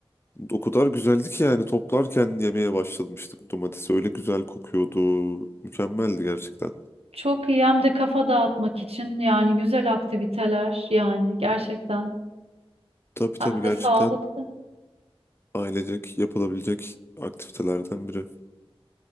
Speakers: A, on the left; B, on the right.
A: O kadar güzeldi ki yani toplarken yemeye başlamıştık domatesi. Öyle güzel kokuyordu. Mükemmeldi gerçekten.
B: Çok iyi hem de kafa dağıtmak için yani güzel aktiviteler yani gerçekten
A: Tabii tabii
B: hem de
A: gerçekten
B: sağlıklı.
A: ailecek yapılabilecek aktivitelerden biri.